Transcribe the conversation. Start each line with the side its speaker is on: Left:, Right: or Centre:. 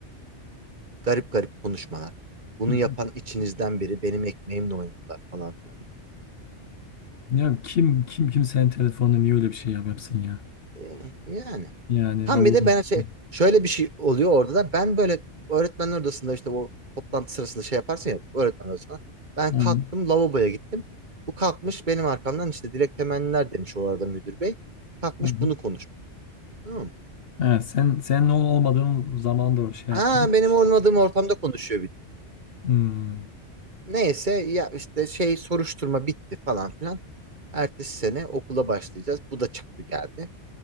Right: garip garip konuşmalar. Bunu
Left: <laughs>
Right: yapan içinizden biri benim ekmeğimle oynadılar falan filan.
Left: Ya kim kim kimsenin telefonunu niye öyle bir şey yap yapsın ya?
Right: E, Yani.
Left: Yani
Right: Tam
Left: Allah
Right: bir de ben
Left: aşkına.
Right: şey şöyle bir şey oluyor orada da ben böyle öğretmenler odasında işte bu toplantı sırasında şey yaparsın ya öğretmen odasına. Ben
Left: Hı
Right: kalktım
Left: hı.
Right: lavaboya gittim. Bu kalkmış benim arkamdan işte dilek temenniler demiş o arada müdür bey. Kalkmış
Left: Hı hı.
Right: bunu konuşmuş. Tamam mı?
Left: Evet, sen sen ne olmadığın zaman da o şey
Right: Ha
Left: yapıyor.
Right: benim olmadığım ortamda konuşuyor bir de.
Left: Hmm.
Right: Neyse ya işte şey soruşturma bitti falan filan. Ertesi sene okula başlayacağız. Bu da çıktı geldi.